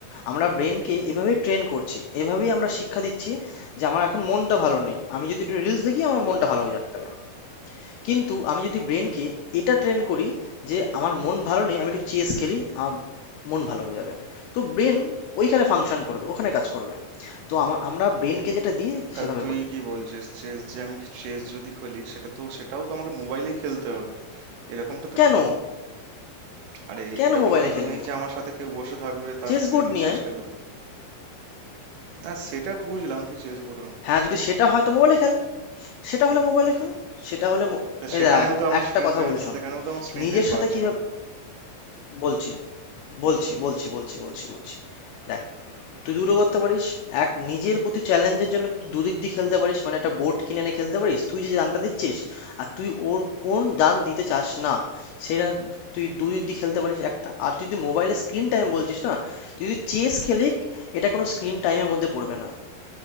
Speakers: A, on the left; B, on the right.
A: আমরা ব্রেনকে এভাবেই ট্রেন করছি এভাবেই আমরা শিক্ষা দিচ্ছি যে আমার এখন মনটা ভালো নেই আমি যদি একটু রিলস দেখি আমার মনটা ভালো হয়ে যাবে কিন্তু আমি যদি ব্রেনকে এটা ট্রেন করি যে আমার মন ভালো নেই আমি একটু চেস খেলি আমার মন ভালো হয়ে যাবে তো ব্রেন ওইখানে ফাংশন করবে ওখানে কাজ করবে তো আমা- আমরা ব্রেনকে যেটা দিয়ে
B: তা
A: সেভাবে
B: তুই
A: করি
B: কি বলছিস চেস যে আমি চেস যদি খেলি সেটা তো সেটাও তো আমাকে মোবাইলেই খেলতে হবে এরকমটা তো
A: কেন
B: আরে
A: কেন
B: এরকমটা
A: মোবাইলে
B: তো
A: খেলবি
B: নেই যে আমার সাথে কেউ বসে থাকবে তার
A: চেস
B: সাথে
A: বোর্ড
B: আমি
A: নিয়ে
B: চেস
A: আয়
B: খেলবো না সেটা বুঝলাম তুই চেস বোর্ড
A: হ্যাঁ যদি সেটা হয় তো মোবাইলে খেল সেটা হলে মোবাইলে খেল সেটা হলে মো-
B: তা সেখানেও
A: এ দেখ
B: তো আমার
A: একটা
B: স্ক্রিন
A: কথা
B: টাইম
A: বলি শোন
B: সেখানেও তো আমার স্ক্রিন
A: নিজের
B: টাইম
A: সাথে
B: বাড়ছে
A: কিভাবে বলছি বলছি বলছি বলছি বলছি বলছি দেখ তুই দুটো করতে পারিস এক নিজের প্রতি চ্যালেঞ্জের জন্য তুই দুদিক দিয়ে খেলতে পারিস মানে একটা বোর্ড কিনে এনে খেলতে পারিস তুই যে দানটা দিচ্ছিস আর তুই ওর কোন দান দিতে চাস না সেটা তুই দুদিক দিয়ে খেলতে পারিস একটা আর তুই যদি মোবাইলে স্ক্রিন টাইম বলছিস না তুই যদি চেস খেলিস এটা কোনো স্ক্রিন টাইমের মধ্যে পড়বে না